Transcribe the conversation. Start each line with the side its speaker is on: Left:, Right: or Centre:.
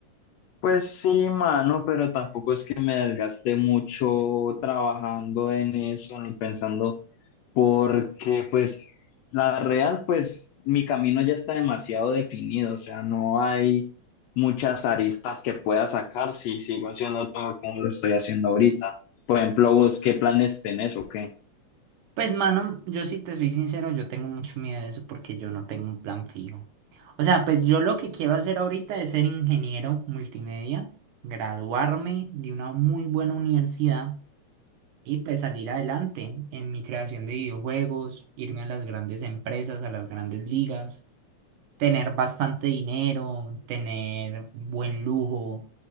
Left: Pues sí, mano, pero tampoco es que me desgaste mucho trabajando en eso ni pensando, porque pues la real, pues mi camino ya está demasiado definido, o sea, no hay muchas aristas que pueda sacar si sigo haciendo todo como lo estoy haciendo ahorita. Por ejemplo, vos, ¿qué planes tenés o qué?
Right: Pues, mano, yo si te soy sincero, yo tengo mucho miedo de eso porque yo no tengo un plan fijo. O sea, pues yo lo que quiero hacer ahorita es ser ingeniero multimedia, graduarme de una muy buena universidad y pues salir adelante en mi creación de videojuegos, irme a las grandes empresas, a las grandes ligas, tener bastante dinero, tener buen lujo,